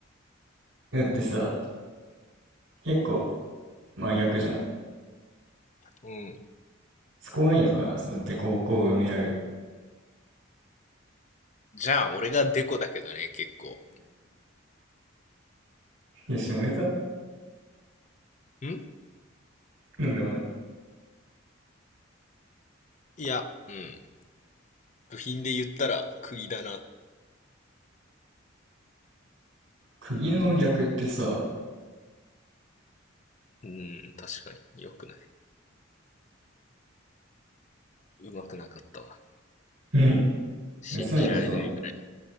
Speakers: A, on the right; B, on the left.
A: だってさ、結構真逆じゃん。
B: う。うん。
A: そこがいいのかなその凸凹を埋め合う。
B: じゃあ、俺がデコだけどね、結構。
A: いや、下ネタ
B: ん
A: なんでもない。
B: いや、うん。部品で言ったら、釘だな
A: 釘の逆ってさ、
B: うん、確かに。良くない。うまくなかったわ。
A: <laughs>
B: 信じられないぐらい。
A: せめてその、